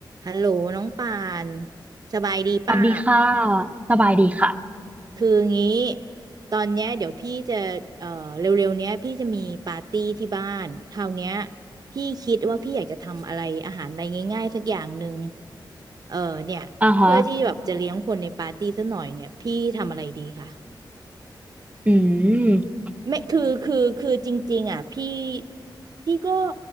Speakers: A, on the right; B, on the right.
A: ฮัลโหลน้องป่านสบายดีเปล่า
B: สวัสดีค่ะสบายดีค่ะ
A: คืองี้ตอนเนี้ยเดี๋ยวพี่จะเอ่อเร็วๆเนี้ยพี่จะมีปาร์ตี้ที่บ้านคราวเนี้ยพี่คิดว่าพี่อยากจะทำอะไรอาหารอะไรง่ายๆสักอย่างหนึ่งเออเนี่ยเพื่อที่แบบจะเลี้ยงคนในปาร์ตี้สักหน่อยเนี่ยพี่ทำอะไรดีคะ
B: อ่าฮะอืม
A: ไม่คือคือคือจริงๆอ่ะพี่พี่ก็